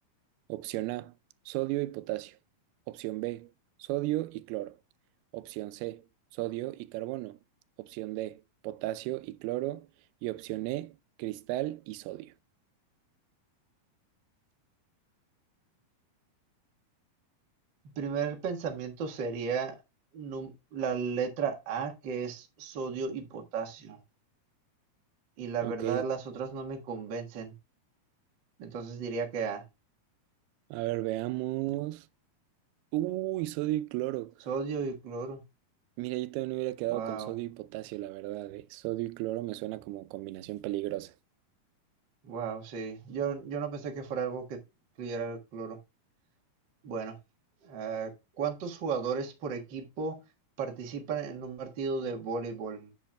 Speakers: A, on the right; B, on the right.
A: Opción A, sodio y potasio. Opción B, sodio y cloro. Opción C, sodio y carbono. Opción D, potasio y cloro. Y opción E, cristal y sodio.
B: Primer pensamiento sería num- la letra A, que es sodio y potasio. Y la
A: Ok,
B: verdad, las otras no me convencen. Entonces diría que A.
A: a ver, veamos. Uy, sodio y cloro.
B: Sodio y cloro.
A: Mira, yo también hubiera quedado
B: Wow.
A: con sodio y potasio, la verdad, eh. Sodio y cloro me suena como combinación peligrosa.
B: Wow, sí. Yo, yo no pensé que fuera algo que incluyera el cloro. Bueno, ah, ¿cuántos jugadores por equipo participan en un partido de voleibol?